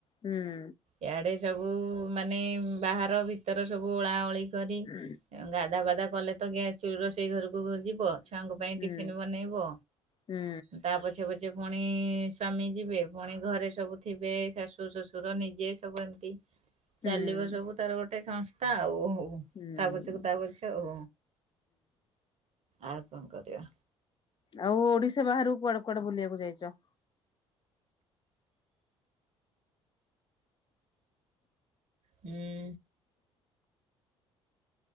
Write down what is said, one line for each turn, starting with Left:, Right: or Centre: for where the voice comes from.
Left: ହୁଁ।
Right: ଇଆଡ଼େ ସବୁ ମାନେ ବାହାର ଭିତର ସବୁ ଓଳାଓଳି କରି ଏଅଁ,
Left: ହୁଁ
Right: ଗାଧା ପାଧା କଲେ ତ ଗ୍ୟା ଚୁଲି ରୋଷ ଷେଇ ଘରକୁ ଘ- ଯିବ, ଛୁଆଙ୍କ ପାଇଁ
Left: ହୁଁ
Right: ଟିଫିନ ବନେଇବ,
Left: ହୁଁ
Right: ତା ପଛେ ପ ଚେ ପୁଣି ସ୍ଵାମୀ ଯିବେ, ପୁଣି ଘରେ ସବୁ ଥିବେ ଶାଶୁ ଶ୍ୱଶୁର ନି ଜେ ସବୁ ଏମତି
Left: ହୁଁ
Right: ଚାଲିବ
Left: ହୁଁ।
Right: ସବୁ ତାର ଗୋଟେ ସଂସ୍ଥା ଆଉ ହଉ।
Left: ହୁଁ
Right: ତା ପଛକୁ ତା ପଛ ଆଉ, ଆଉ କଣ କରିବା?
Left: ଆଉ ଓଡିଶା ବାହାରକୁ କୁଆଡେ କୁଆଡେ ବୁଲିବାକୁ ଯାଇଚ?
Right: ହୁଁ,